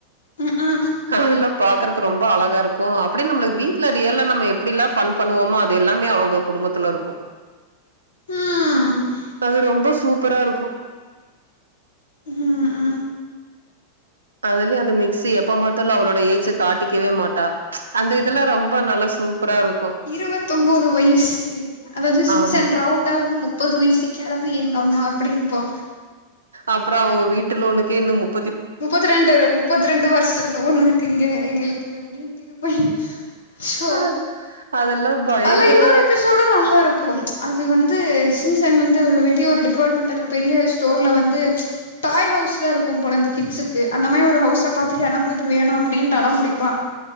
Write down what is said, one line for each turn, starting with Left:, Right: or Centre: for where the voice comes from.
Left: ம்ம்
Right: அதெல்லா பாக்குறக்கு ரொம்ப அழகா இருக்கு அப்டியே நம்மளுக்கு வீட்ல ரியல்லா நம்ம எப்டில்லா ஃபன் பண்ணுவோமோ அது எல்லாமே அவங்க குடும்பத்துல இருக்கு
Left: ம்
Right: அது ரொம்ப சூப்பரா இருக்கு
Left: ம் அ ஆ
Right: அதுலயு அந்த மிக்சி எப்ப மாத்தாலு அவளோட ஏஜ காட்டிக்கவே மாட்டா ம்ச் அந்த இதுல ரொம்ப நல்லா சூப் புறா இருக்கு
Left: இருவத்தொம்போது வயிசு அதாவது சின்சன்
Right: ஆமா
Left: ரவுண்டா வந்து முப் முப்பது வயிசுக் கெளவி எங்க அம்மா அப்டின்பா
Right: அப்புறோ அவங்க வீட்டு லோன்னுக்கே இன்னும் முப்
Left: முப்பத்து ரெண்டு முப்பத்து ரெண்டு வருஷோ லோன் இருக்குங்க எங்களுக்கு அப்டின்டு இது பை சோ
Right: அது அதெல்லா பயங்கர
Left: அதுல இன்னொரு எபிசோடு நல்லா இருக்கும் அது வந்து சின்சன் வந்து வெளிய ஒரு டிபார்ட்மெண்டல் பெரிய ஸ்டோர்ல வந்து ம்ச் டாய் ஹவுஸ்லா இருக்கும் போல இந்த கிட்ஸுக்கு அந்த மாரி ஒரு ஹவுஸ்ஸ பாத்துட்டு எனக்கு இது வேணு அப்டின்டு அடம் புடிப்பா